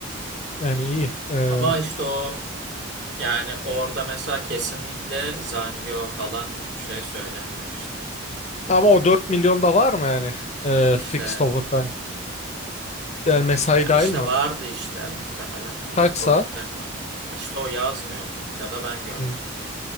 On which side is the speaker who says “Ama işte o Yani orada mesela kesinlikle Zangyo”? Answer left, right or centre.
Right